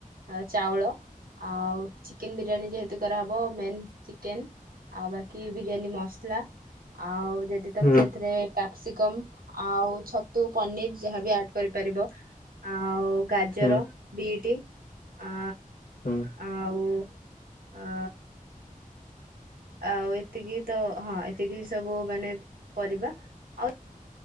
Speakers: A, on the right (about 85°); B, on the left (about 75°).
A: ଆ ଚାଉଳ ଆଉ ଚିକେନ ବିରିୟାନୀ ଯେହେତୁ କରାହେବ ମେନ ଚିକେନ୍ ଆଉ ବାକି ବିରିୟାନୀ ମସଲା ଆଉ ଯଦି ତମେ
B: ହୁଁ
A: ସେଥିରେ କ୍ୟାପସିକମ୍ ଆଉ ଛତୁ ପନିର ଯାହାବି ଆ କରିପାରିବ ଆଉ ଗାଜର,
B: ହୁଁ
A: ବିଟ ଅ
B: ହୁଁ
A: ଆଉ ଆ ଆଉ ଏତିକି ତ ହଁ ଏତିକି ସବୁ ମାନେ ପରିବା ଆଉ